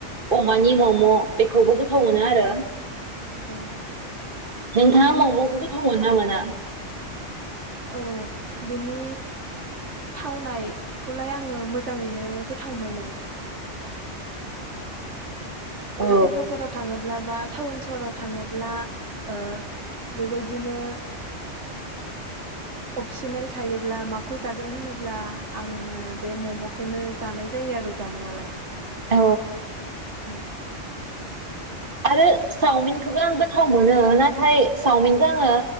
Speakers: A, on the right; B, on the right.
A: अमानि मम बेखौबो गोथाव मोनो
B: औ
A: आरो।
B: औ
A: नोंथाङा ममखौ गोथाव मोनो ना मोना?
B: औ बिनि थावनायखौलाय आङो मोजाङैनो गोथाव मोनो।
A: औ
B: हाथाय बाजाराव थाङोब्ला बा टाउन सहराव थाङोब्ला ओ बेबायदिनो अपसनेल थायोब्ला माखौ जागोन होनोब्ला आङो बे ममखौनो जानाय जायो आरो जानायालाय।
A: औ।
B: उम
A: आरो सावमिनखौबो आं गोथाव मोनो। नाथाय सावमिनखौ आङो